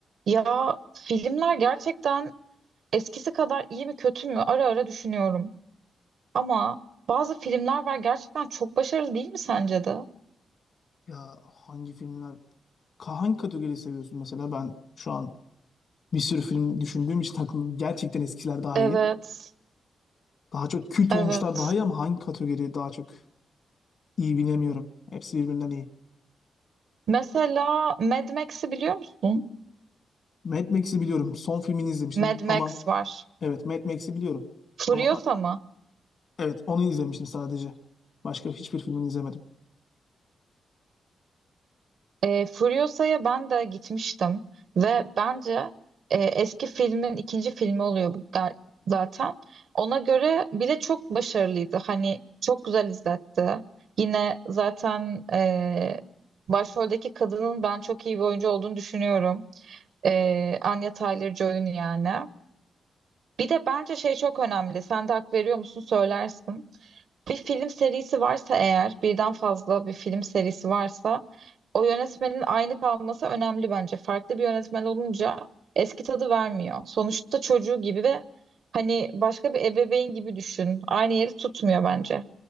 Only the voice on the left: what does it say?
Ya hangi filmler? Ka- Hangi kategoriyi seviyorsun mesela? Ben şu an bir sürü film düşündüğüm için aklım gerçekten eskiler daha
iyi. Daha çok kült
olmuşlar daha iyi ama hangi kategori daha çok iyi bilemiyorum. Hepsi birbirinden iyi.
Mad Max'i biliyorum. Son filmini izlemiştim
ama
evet Mad Max'i biliyorum.
Ama
Evet, onu izlemiştim sadece. Başka hiçbir filmini izlemedim.